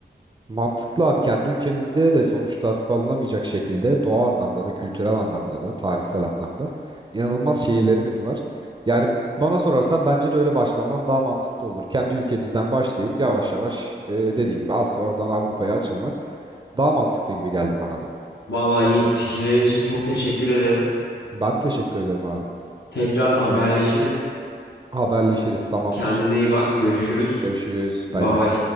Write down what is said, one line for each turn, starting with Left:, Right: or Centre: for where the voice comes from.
Right: Mantıklı abi kendi ülkemizde de sonuçta hafife alınamayacak şekilde doğa anlamda da kültürel anlamda da tarihsel anlamda inanılmaz şehirlerimiz var. Yani bana sorarsan bence de öyle başlaman daha mantıklı olur. Kendi ülkemizden başlayıp yavaş yavaş e, dediğin gibi Asya oradan Avrupa'ya açılmak daha mantıklı gibi geldi bana da.
Left: Vallahi Yiğit fikirlerin için çok teşekkür ederim.
Right: Ben teşekkür ederim abi.
Left: Tekrar haberleşiriz.
Right: Haberleşiriz tamamdır.
Left: Kendine iyi bak. Görüşürüz.
Right: Görüşürüz
Left: Bye
Right: bay bay.
Left: bye.